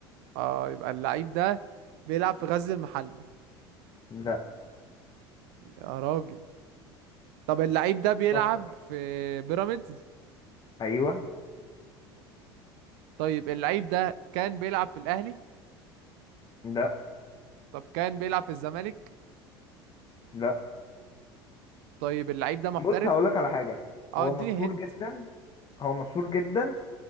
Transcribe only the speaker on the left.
لا
فكر
ايوه
لا
لا
بص هقولك على حاجه
هو
مشهور
جدا هو مشهور جدا